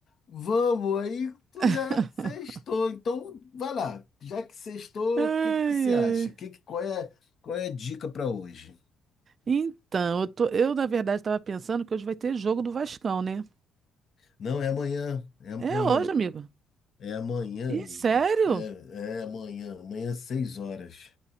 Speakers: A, on the left; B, on the right.
A: vamos, aí tu
B: <laughs>
A: já sextou. Então, vai lá. Já que sextou,
B: Ai,
A: o que que você
B: ai.
A: acha? Que, que- qual é, qual é a dica para hoje?
B: Então, eu tô, eu na verdade estava pensando que hoje vai ter jogo do Vascão, né?
A: Não, é amanhã, é amanhã.
B: É hoje, amigo.
A: É amanhã,
B: Ih,
A: amiga.
B: sério?
A: É, é amanhã, amanhã às seis horas.